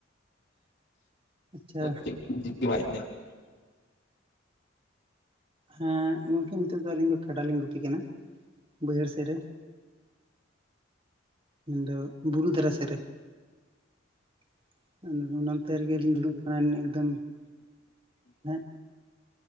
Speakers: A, on the right; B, on the left.
A: ᱟᱪᱪᱷᱟ
B: ᱪᱮᱫ ᱪᱤᱠᱟᱹ ᱵᱟᱭ <unintelligible>
A: ᱦᱮᱸ ᱜᱚᱝᱠᱮ ᱱᱤᱛᱳᱜ ᱫᱚ ᱟᱹᱞᱤᱧ ᱫᱚ ᱠᱟᱰᱟ ᱞᱤᱧ ᱜᱩᱯᱤ ᱠᱟᱱᱟ ᱵᱟᱹᱭᱦᱟᱹᱲ ᱥᱮᱫ ᱨᱮ ᱾ ᱢᱮᱱ ᱫᱚ ᱵᱩᱨᱩ ᱫᱷᱟᱨᱟ ᱥᱮᱫ ᱨᱮ ᱾ ᱱᱚᱱᱛᱮ ᱨᱮᱜᱮ ᱞᱤᱧ ᱫᱩᱲᱩᱵ ᱟᱠᱟᱱᱟ ᱮᱠᱫᱚᱢ, ᱦᱮᱸ